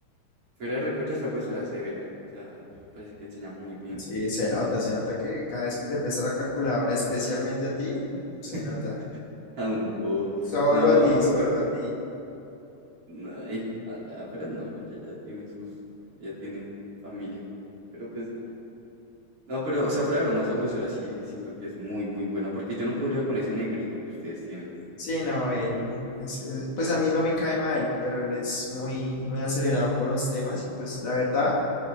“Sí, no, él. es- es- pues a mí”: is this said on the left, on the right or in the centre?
Left